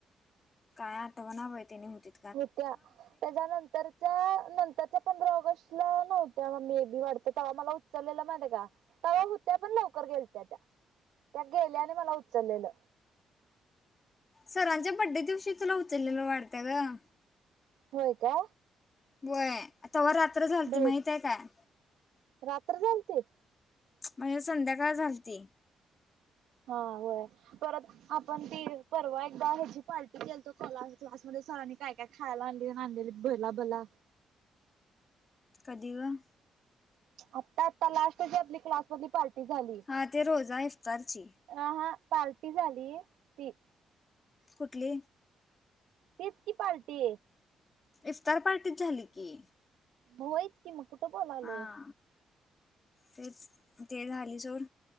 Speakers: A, on the left; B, on the right.
A: काय आठवना बाई त्यांने निमितीत.
B: होत्या त्याच्यानंतर नंतरच्या पंधरा नंतर ऑगस्ट ला नव्हत्या मे बी वाढत तेव्हा मला उचललेलं माहिती का? तवा होत्या पण लवकर गेलत त्या त्या गेल्या आणि मला उचललेलं.
A: सरांच्या बर्थडे दिवशी तुला उचललेलं वाढत गं?
B: होय का?
A: व्हय तवा रात्र झालती
B: बहुत
A: माहित आहे काय?
B: रात्र झालंती?
A: म्हणजे संध्याकाळ झालंती.
B: हा वय परत आपण ती परवा एकदा ह्याची पार्टी केलतो कला क्लासमध्ये सरांनी काय - काय खायला आणलीलेली भरला भला
A: कधी वं?
B: आता आता लास्ट जी आपली क्लास मधली पार्टी झाली.
A: हां ते रोजा इफ्तारची.
B: अ हा पार्टी झाली ती.
A: कुठल
B: तेच की पार्टी.
A: इफ्तार पार्टीत झाली की.
B: होईच की मग कुठं बोलालोय.
A: हा तेच ते झाली जोन